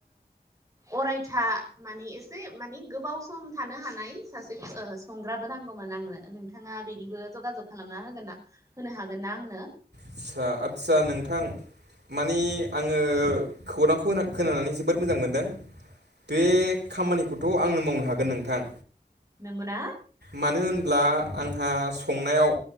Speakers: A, on the right; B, on the right.
A: अरायथा मानि एसे मानि गोबाव सम थानो हानाय सासे ओ संग्राबो नांगौमोन आंनो नोंथांआ बेनिबो ज'गा ज'ग खालामना होगोन ना होनो हागोन ना आंनो
B: आदसा आदसा नोंथां माने आङो खौरांखौ खो खोनानानै जोबोद मोजां मोनदों बे खामानिखौथ' आंनो मावनो हागोन नोंथां
A: नोंगौना
B: मानो होनब्ला आंहा संनायाव